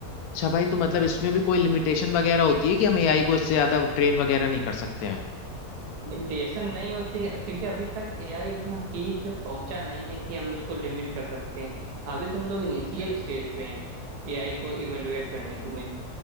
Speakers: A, on the left; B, on the right.
A: अच्छा भाई तो मतलब इसमें भी कोई लिमिटेशन वगैरह होती है कि हम एआई को इससे ज्यादा ट्रेन वगैरह नहीं कर सकते हैं
B: लिमिटेशन नहीं होती है क्योंकि अभी तक एआई इतना पीक पे पहुंचा नहीं है कि हम लोग उसको लिमिट कर सकें अभी तुम लोग इनिशियल स्टेज पे हैं एआई को इवेलुएट करने की में